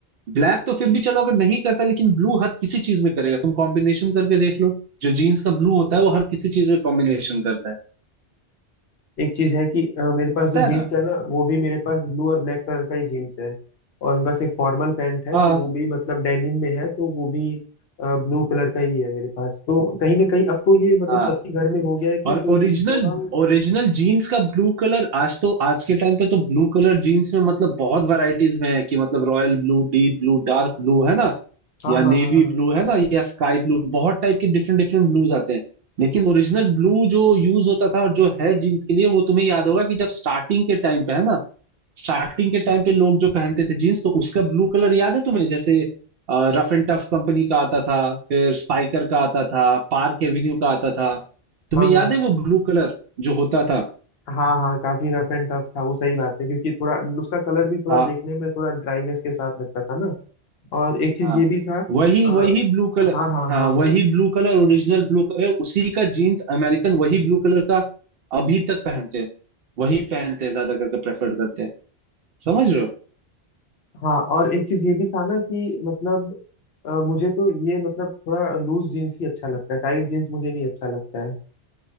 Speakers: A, on the right; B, on the left.
A: ब्लैक तो फिर भी चलो अगर नहीं करता लेकिन ब्लू हर किसी चीज में करेगा तुम कॉम्बिनेशन करके देख लो जो जीन्स का ब्लू होता है वो हर किसी चीज में कॉम्बिनेशन करता है
B: एक चीज है कि अ, मेरे पास
A: करता
B: जो
A: है
B: जीन्स
A: ना
B: है ना वो भी मेरे पास ब्लू और ब्लैक कलर का ही जीन्स है और बस एक फॉर्मल पैंट है
A: हाँ
B: तो वो भी मतलब डेनिम में है तो वो भी ब्लू कलर का ही है मेरे पास तो कहीं ना कहीं अब तो ये मतलब
A: हाँ
B: सबके घर में हो गया है कि
A: और
B: जो
A: ओरिजिनल
B: जीन्स होगा
A: ओरिजिनल जीन्स का ब्लू कलर आज तो आज के टाइम पे तो ब्लू कलर जीन्स में मतलब बहुत वैरायटीज में है कि मतलब royal blue deep blue dark blue है ना
B: हाँ
A: या
B: हाँ
A: नेवी
B: हाँ हाँ
A: ब्लू है ना या स्काई ब्लू बहुत टाइप के डिफरेंट डिफरेंट ब्लूज आते हैं लेकिन ओरिजिनल ब्लू जो यूज होता था और जो है जीन्स के लिए वो तुम्हें याद होगा कि जब स्टार्टिंग के टाइम पे है ना स्टार्टिंग के टाइम पे लोग जो पहनते थे जीन्स तो उसका ब्लू कलर याद है तुम्हें जैसे रफ एंड टफ कंपनी का आता था फिर स्पाइकर का आता था पार्क एवेन्यू का आता था तुम्हें
B: हाँ
A: याद
B: हाँ
A: है वो ब्लू कलर जो होता था
B: हाँ हाँ काफी रफ एंड टफ था वो सही बात है क्योंकि थोड़ा उसका कलर भी थोड़ा
A: हाँ
B: देखने में थोड़ा ड्राईनेस के साथ लगता था ना और एक चीज
A: हाँ
B: ये भी था
A: वही
B: आ,
A: वही ब्लू कलर
B: हाँ हाँ
A: हाँ
B: हाँ
A: वही
B: हाँ
A: blue colour original blue colour उसी का जीन्स अमेरिकन वही ब्लू कलर का अभी तक पहनते हैं वही पहनते हैं ज्यादा करके प्रेफर्ड करते हैं समझ रहे हो
B: हाँ और एक चीज ये भी था ना कि मतलब अ, मुझे तो ये मतलब थोड़ा लूज जीन्स ही अच्छा लगता है टाइट जीन्स मुझे नहीं अच्छा लगता है